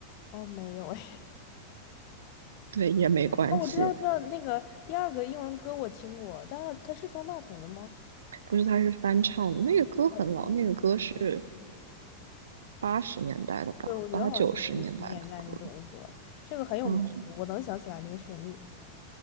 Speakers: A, on the left; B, on the right.
A: 哦，没有哎。
B: 对，也没关系。
A: 哦，我知道，我知道那个第二个英文歌我听过，但是它是方大同的吗？
B: 不是，他是翻唱的，那个歌很老，
A: 他唱了
B: 那个歌是八十年代的吧，
A: 对，我觉得好像就是九十年代那种的歌，
B: 八九十年代的歌。
A: 这个很有名，
B: 嗯
A: 我能想起来那个旋律。